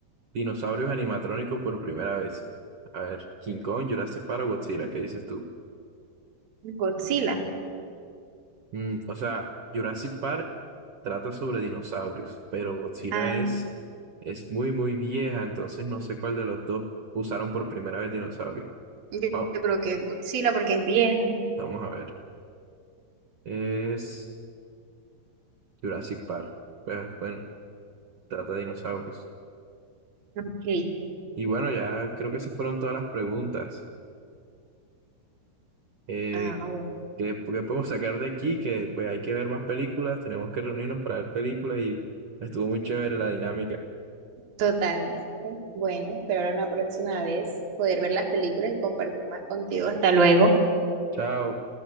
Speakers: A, on the right (about 85°); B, on the right (about 45°).
A: dinosaurios animatrónicos por primera vez? A ver, King Kong, Jurassic Park o Godzilla, ¿qué dices tú?
B: Godzilla.
A: Mm, o sea, Jurassic Park trata sobre dinosaurios, pero Godzilla
B: Ah,
A: es, es muy, muy vieja, entonces no sé cuál de los dos usaron por primera vez dinosaurio
B: yo,
A: Oh,
B: yo creo que es Godzilla porque es vieja.
A: vamos a ver. Es Jurassic Park. Pues, bueno, trata de dinosaurios.
B: Ok.
A: Y bueno, ya creo que esas fueron todas las preguntas. Eh,
B: Ah, bueno.
A: ¿qué, qué podemos sacar de aquí? Que pues hay que ver más películas, tenemos que reunirnos para ver películas y estuvo muy chévere la dinámica.
B: Totalmente. Bueno, espero la próxima vez poder ver las películas y compartir más contigo. Hasta luego.
A: Chao.